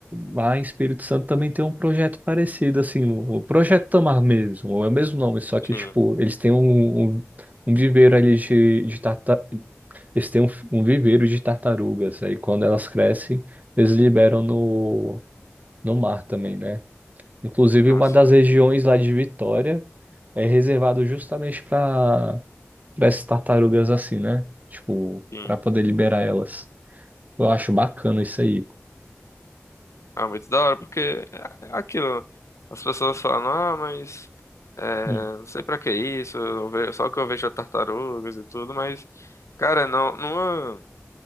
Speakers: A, on the right; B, on the left.
A: lá em Espírito Santo também tem um projeto parecido, assim, o, o Projeto Tamar mesmo, é o mesmo nome, só que,
B: Sim,
A: tipo, eles têm um, um, um viveiro ali de, de tartar... Eles têm um, um viveiro de tartarugas, aí quando elas crescem, eles liberam no, no mar também, né? Inclusive,
B: assim,
A: uma das regiões lá de Vitória é reservado justamente para para essas tartarugas assim, né? Tipo,
B: sim.
A: para poder liberar elas. Eu acho bacana isso aí.
B: Ah, muito da hora, porque é é aquilo. As pessoas falam, ah, mas é,
A: Hum.
B: não sei pra que isso, eu ve- só que eu vejo tartarugas e tudo, mas, cara, não, não.